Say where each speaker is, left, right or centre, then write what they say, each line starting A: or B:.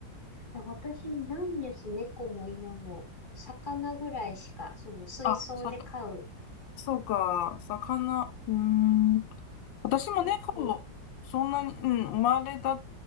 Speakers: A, on the left (about 25°); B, on the left (about 80°).
A: で私、ないんです。猫も犬も。魚ぐらいしか、その水槽で飼う。
B: あ、さか、そうか、魚、うーん。私も猫、
A: そうそう。
B: そんなに、うん、生まれた、